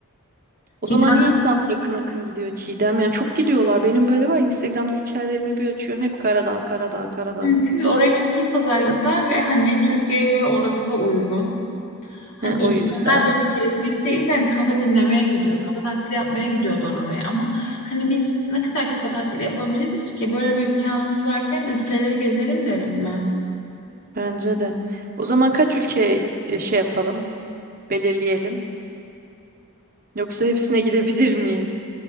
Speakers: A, on the right; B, on the left.
A: O
B: İnsanlar
A: zaman niye insanlar akın akın gidiyor Çiğdem? Yani çok gidiyorlar. Benim böyle var. Instagram'da hikayelerimi bir açıyorum. Hep Karadağ, Karadağ, Karadağ.
B: çünkü orayı çok iyi pazarladılar ve hani Türkiye'ye göre orası da uygun. Hani
A: He,
B: insanlar
A: o yüzden.
B: böyle gezmek değil de hani kafa dinlemeye gidiyor. Kafa tatili yapmaya gidiyorlar oraya ama hani biz ne kadar kafa tatili yapabiliriz ki? Böyle bir imkanımız varken ülkeleri gezelim derim ben.
A: Bence de. O zaman kaç ülke e, şey yapalım? Belirleyelim. Yoksa hepsine gidebilir miyiz?